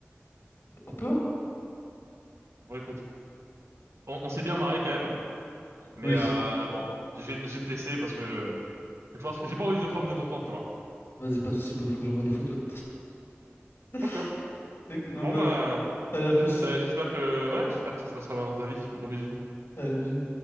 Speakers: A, on the left; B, on the right.
A: Un peu, hein.
B: Bon, écoute, on, on s'est bien marré quand même, mais
A: Oui.
B: euh, bon, j'ai, j'ai testé parce que je pense que j'ai pas envie de prendre de ton temps, tu vois.
A: Vas-y, pas de soucis, bah, faut que j'envoie des photos. <laughs>
B: Ok.
A: Ok, bon,
B: Bon,
A: bref.
B: bah,
A: Allez, à plus.
B: bah j'espère que, ouais, j'espère que ça se passera bien dans ta vie. Gros bisous.
A: Allez, bisous.